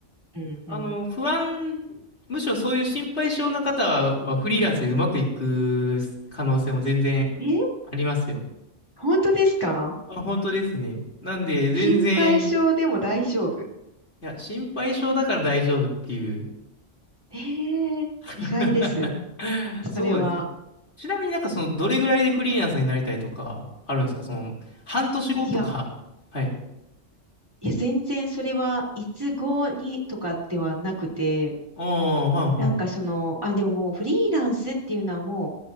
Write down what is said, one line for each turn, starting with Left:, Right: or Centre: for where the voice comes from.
Right: うんうん。
Left: あの、不安、むしろそういう心配性な方はフリーランスでうまくいく可能性も全然
Right: え、
Left: ありますよ。
Right: 本当ですか
Left: あ、本当ですね。なんで、全然
Right: 心配性でも大丈夫。
Left: いや、心配性だから大丈夫っていう。
Right: えー、
Left: <laughs>
Right: 意外です。
Left: そうですね。
Right: それは。
Left: ちなみになんかその、どれぐらいでフリーランスになりたいとか、あるんですかその、半年後とか。
Right: いや、
Left: <laughs> はい。
Right: いや、全然それはいつごにとかではなくて、
Left: ああ、はい、
Right: なんかその、あ、でももうフリーランスっていうのはも